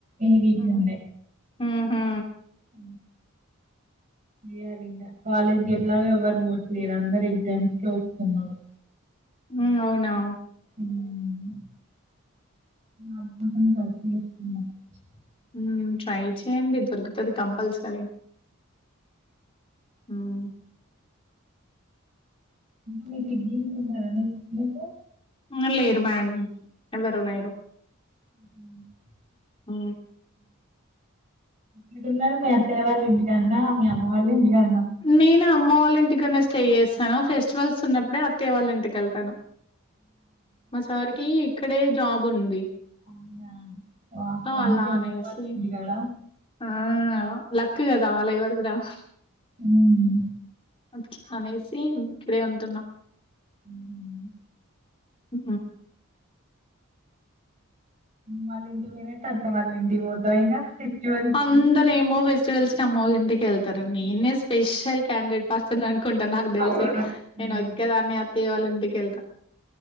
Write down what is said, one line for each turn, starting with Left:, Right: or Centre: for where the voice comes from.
Right: ఇ వీక్
Left: హ్మ్.
Right: నుండే
Left: హుహు.
Right: అ చేయలిగా కాలేజ్ కెట్లాగో ఎవ్వరు పోవట్లేరు అందరు ఎగ్జామ్స్కే ఒస్తున్నరు
Left: ఉ ఔనా
Right: అబ
Left: మ్ ట్రై చేయండి దొరుక్తది కంపల్సరీ మ్
Right: మీ సిబ్లింగ్స్ ఉన్నరా నిక్ మీకు
Left: అ లేరు మ్యాడం ఎవరు లేరు
Right: అ
Left: ఆ
Right: క్కడున్నరు మీ అత్తయ్య వాళ్ళ ఇంటికాన్నా మీ అమ్మ వాళ్ళ ఇంటికాన్నా
Left: నేను అమ్మ వాళ్ళ ఇంటికన్నే స్టే చేస్తాన ఫెస్టివల్స్ ఉన్నప్పుడే అత్తయ్య వాళ్ళ ఇంటికెళ్తాను మ సార్కి ఇక్కడే జాబుంది
Right: ఔనా వా మంచి
Left: అలా అనేసి
Right: అమ్వల్ల ఇంటికాడ
Left: ఆ లక్ గదా అలైవరుకురాద్
Right: ఊమ్
Left: అట్లానేసి ఇక్కడే ఉంటున్నం
Right: ఉమ్
Left: ఊ
Right: మల్లింటి వైనంక అత్త వాళ్లింటికి పోతవా ఇంగ ఫెస్టివల్స్
Left: అందరేమో
Right: కి
Left: ఫెస్టివల్స్క్ అమ్మోళ్ళింటికెళ్తరు నేనే స్పెషల్ క్యాండెడ్ పర్సన్ అన్ కుంట నాక్ తెల్సి
Right: అవును
Left: నేను
Right: మ్మ్
Left: ఒక్కే దాన్నే అత్తయ వాళ ఇంటికెళ్త